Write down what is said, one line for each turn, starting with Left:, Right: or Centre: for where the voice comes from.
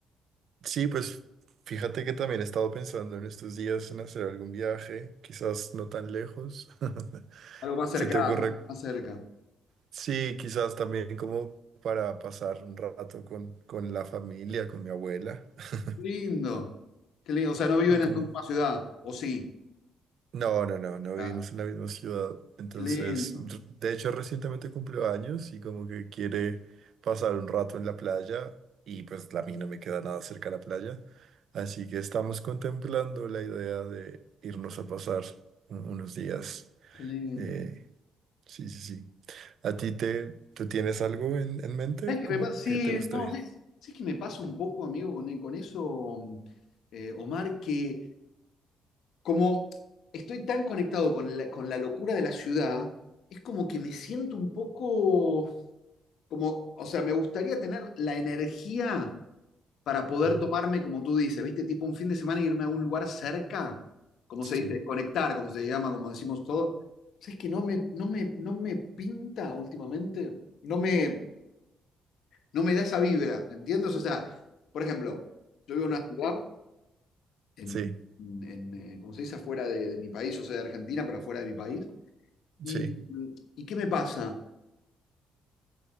Right: Sí, pues fíjate que también he estado pensando en estos días en hacer algún viaje, quizás no tan lejos. <laughs>
Left: Algo más cerca,
Right: ¿Se te ocurre?
Left: más, más cerca.
Right: Sí, quizás también como para pasar un rato con, con la familia, con mi abuela. <laughs>
Left: Lindo, qué lindo. O sea, no viven
Right: Y como,
Left: en tu misma ciudad, ¿o sí?
Right: No, no, no, no
Left: Ah,
Right: vivimos en la misma ciudad. Entonces,
Left: qué lindo,
Right: r- de hecho, recientemente cumplió años y como que quiere pasar un rato en la playa y pues la mí no me queda nada cerca a la playa. Así que estamos contemplando la idea de irnos a pasar u- unos días.
Left: qué lindo.
Right: Eh, sí, sí, sí. ¿A ti te, tú tienes algo en, en mente?
Left: ¿Sabes qué
Right: ¿Cómo
Left: me pasa? Sí,
Right: que te gustaría?
Left: no, ¿sabes, sabes qué me pasa un poco, amigo, con, con eso, eh, Omar? Que como estoy tan conectado con la, con la locura de la ciudad, es como que me siento un poco como, o sea, me gustaría tener la energía para poder
Right: Ajá.
Left: tomarme, como tú dices, ¿viste? Tipo un fin de semana e irme a un lugar cerca, como
Right: Sí,
Left: se dice, desconectar, como se llama, como decimos todos. ¿Sabes que no me, no me, no me pinta últimamente? No me, no me da esa vibra, ¿entiendes? O sea, por ejemplo, yo vivo en una ciudad, en,
Right: sí,
Left: en, eh, como se dice, afuera de, de mi país, o sea, de Argentina, pero afuera de mi país ¿Y,
Right: sí,
Left: y qué me pasa?